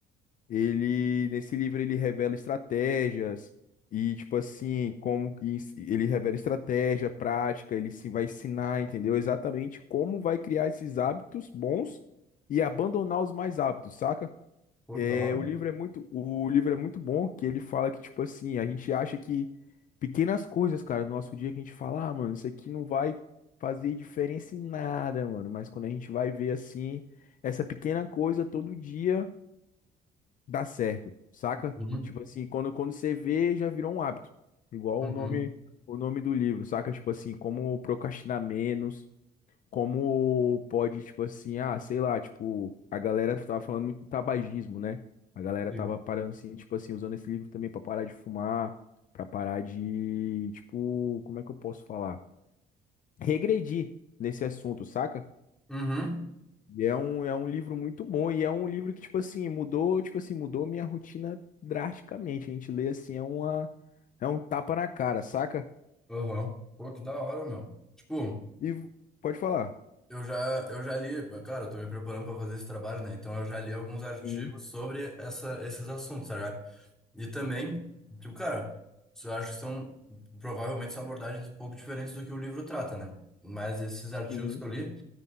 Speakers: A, on the left (about 50°); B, in the centre.
A: Ele, nesse livro, ele revela estratégias e, tipo assim, como que ens- ele revela estratégia, prática, ele se vai ensinar, entendeu? Exatamente como vai criar esses hábitos bons e abandonar os mais hábitos, saca?
B: Pô,
A: É,
B: que da hora.
A: o livro é muito, o livro é muito bom, que ele fala que, tipo assim, a gente acha que pequenas coisas, cara, no nosso dia que a gente fala, ah, mano, isso aqui não vai fazer diferença em nada, mano. Mas quando a gente vai ver assim, essa pequena coisa todo dia dá certo, saca?
B: Uhum.
A: Tipo assim, quando, quando você vê, já virou um hábito. Igual
B: Uhum.
A: o nome, o nome do livro, saca? Tipo assim, como procrastinar menos como pode, tipo assim, ah, sei lá, tipo, a galera tava falando muito do tabagismo, né? A galera
B: Sim.
A: tava parando assim, tipo assim, usando esse livro também pra parar de fumar, pra parar de, tipo, como é que eu posso falar? Regredir nesse assunto, saca?
B: Uhum.
A: E é um, é um livro muito bom e é um livro que, tipo assim, mudou, tipo assim, mudou minha rotina drasticamente. A gente lê assim, é uma, é um tapa na cara, saca?
B: Aham. Pô, que da hora, meu. Tipo,
A: E v- pode falar.
B: eu já, eu já li, cara, eu tô me preparando pra fazer esse trabalho, né? Então eu já li alguns artigos
A: Sim,
B: sobre essa, esses assuntos, tá ligado? E também, tipo, cara, eu acho que são, provavelmente são abordagens um pouco diferentes do que o livro trata, né? Mas esses artigos
A: sim.
B: que eu li,